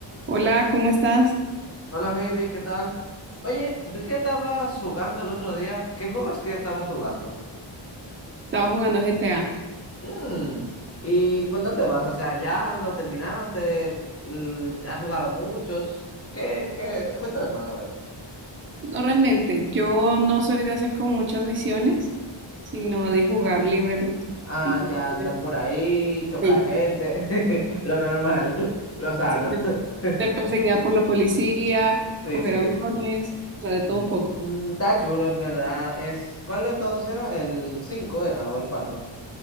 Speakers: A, on the right; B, on the left.
A: Hola, ¿cómo estás?
B: Hola Heidi, ¿qué tal? Oye, vi que estabas jugando el otro día. ¿Qué juegos que estabas jugando?
A: Estaba jugando GTA.
B: Mm, ¿Y por dónde vas? O sea, ¿ya lo terminaste? L- ¿Has jugado muchos? ¿Qué, qué? Cuéntame más, a ver.
A: No realmente, yo no soy de hacer como muchas misiones, sino de jugar libremente.
B: Ah,
A: Entonces,
B: ya andar por ahí, chocar
A: Sí.
B: gente, <laughs> lo normal, <laughs> lo sano.
A: sí,
B: <laughs>
A: ser perseguida por la policía,
B: Sí,
A: coger
B: sí.
A: aviones, o sea, de todo un poco.
B: Mm, está chulo, en verdad. Es, ¿cuál de todos era? ¿El 5 era o el cuatro.